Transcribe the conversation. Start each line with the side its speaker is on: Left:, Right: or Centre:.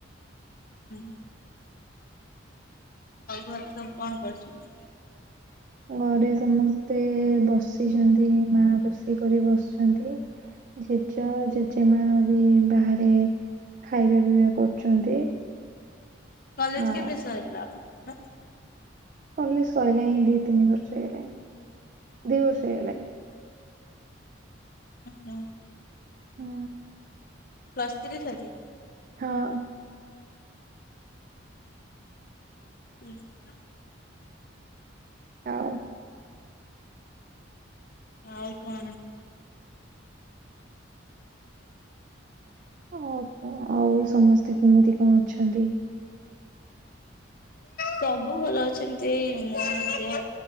Left: ହୁଁ। ଆଉ ଘରେ ସବୁ କଣ କରୁଛନ୍ତି?
Right: ଘରେ ସମସ୍ତେ ବସିଛନ୍ତି ମା ରୋଷେଇ କରି ବସିଛନ୍ତି। ଜେଜେ ଜେଜେମା ବି ବାହାରେ ଖାଇବା ପିଇବା କରୁଛନ୍ତି।
Left: କଲେଜ
Right: ଆଉ
Left: କେବେ ସରିଲା ଆପଣଙ୍କର?
Right: କଲି ସଇଲାଣି ଦି ତିନି ବର୍ଷ ହେଇଗଲାଣି ଦି ବର୍ଷ ହେଇଗଲାଣି।
Left: ହୁଁ ହୁଁ।
Right: ହୁଁ।
Left: ପ୍ଲୁସ ଥ୍ରୀ ସରି
Right: ହଁ।
Left: <inaudible>
Right: ଆଉ
Left: ଆଉ କଣ?
Right: ଓହୋ ଆଉ ସମସ୍ତେ କେମିତି କଣ ଅଛନ୍ତି?
Left: ସବୁ ଭଲ ଅଛନ୍ତି ମୋ ଦେହ